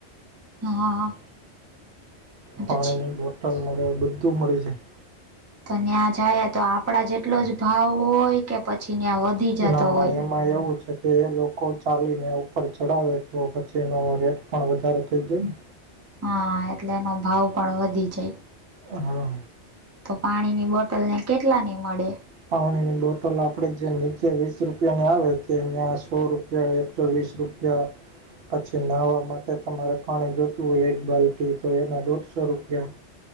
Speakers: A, on the right (about 20°); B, on the right (about 65°).
A: હા
B: પાણી
A: પછી
B: ની બોટલ મળે બધું મળી જાય
A: તો ત્યાં જાય તો આપડા જેટલો જ ભાવ હોય કે પછી ત્યાં વધી જતો
B: ના ના
A: હોય
B: એમાં એવું છે કે એ લોકો ચાલીને ઉપર ચડાવે તો પછીનો રેટ પણ વધારો થઈ જાય ને
A: હા એટલે એનો ભાવ પણ વધી જાય
B: હા
A: તો પાણી ની બોટલ ને કેટલા ની મળે
B: પાણીની બોટલ આપણેે જે નીચે વીસ રૂપિયા ની આવે તે એ સો રૂપ એકસો વીસ રૂપિયા પછી નાહવા માટે તમારે પાણી જોતું હોય એક બાલ્ટ તો એના દોઢસો રૂપિયા